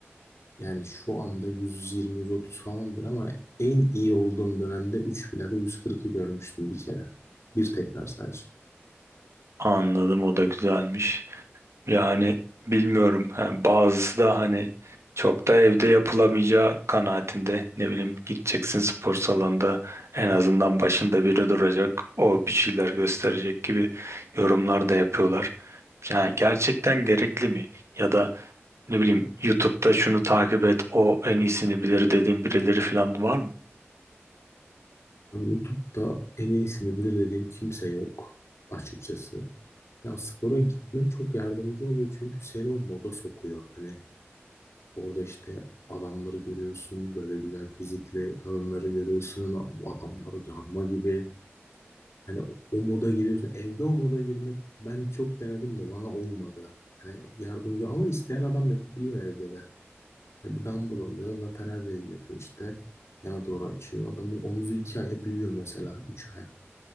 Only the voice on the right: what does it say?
<laughs> Anladım o da güzelmiş. Yani bilmiyorum. Ha, bazısı da hani çok da evde yapılamayacağı kanaatinde. Ne bileyim gideceksin spor salonunda en azından başında biri duracak. O bir şeyler gösterecek gibi yorumlar da yapıyorlar. Yani gerçekten gerekli mi? Ya da ne bileyim YouTube'da şunu takip et o en iyisini bilir dediğin birileri falan var mı?